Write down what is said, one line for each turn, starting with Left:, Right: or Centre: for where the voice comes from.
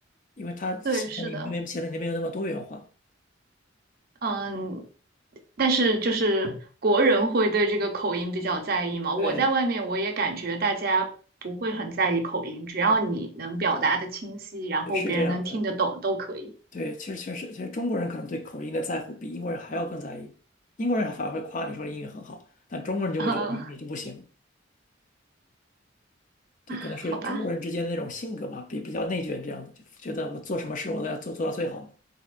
Left: 因为他显得你没显得你没有那么多元化。
Right: 对，是的，嗯，但是就是国人会对这个口音比较在意嘛。
Left: 对，
Right: 我在外面我也感觉大家不会很在意口音，只要你能表达的清晰，
Left: 嗯，
Right: 然后别人能听得懂都可以。
Left: 对，是这样的。对，其实确实，其实中国人可能对口音的在乎比英国人还要更在意。英国人还反而会夸你说你英语很好，但中国人就会觉得你你就不行。
Right: 呃，
Left: 对，
Right: 好吧，
Left: 可能是中国人之间的那种性格嘛，比比较内卷这样的，就觉得我做什么事我都要做做到最好。